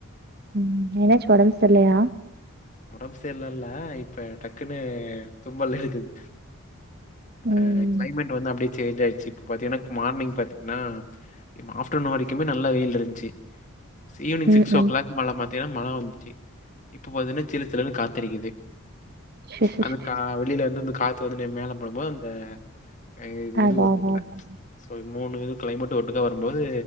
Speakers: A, on the right; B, on the left.
A: ம் என்னாச்சு
B: ஓகே
A: ஒடம்பு சரில்லையா
B: ஒடம்பு செரில்ல இல்ல இப்ப டக்குன்னு தும்பல் இருக்குது
A: ம்.
B: அ கிளைமேட் வந்து அப்டியே சேஞ்ச் ஆயிடுச்சு இப்ப பாத்தீங்கன்னா மார்னிங் பாத்தீங்கன்னா இவ் ஆஃப்டர்நூன் வரைக்குமே நல்லா வெயில் இருந்ச்சு சு ஈவினிங்
A: ம்,
B: சிக்ஸ் ஓ
A: ம்.
B: கிளாக் மழ மாத்தீங்கன்னா மழ வந்துச்சு இப்போ பாத்தீன்னா ஜிலு ஜிலுனு காத்தடிக்குது
A: சரி, சரி,
B: அந்த
A: சரி.
B: கா வெளியில இருந்து அந்த கா துனு நா மேல பண்ணும்போது அ இது
A: அதா
B: இது ஒத்துக்கல
A: அதா அதா.
B: சோ மூணு இது கிளைமேட் ஒட்டுக்கா வரும்போது